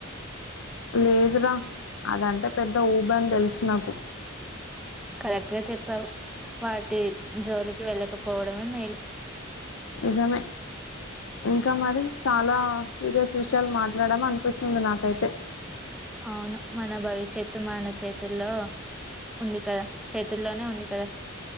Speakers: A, on the left; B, in the centre.
A: లేదురా అదంటే పెద్ద ఊబ అని తెలుసు నాకు
B: కరెక్టుగా చెప్పావు వాటి జోలికి వెళ్ళకపోవడమే మేలు
A: నిజమే ఇంక మరి చాలా సీరియస్ విషయాలు మాట్లాడమ అనిపిస్తుంది నాకైతే
B: అవును మన భవిష్యత్తు మన చేతుల్లో ఉంది కదా చేతుల్లోనే ఉంది కదా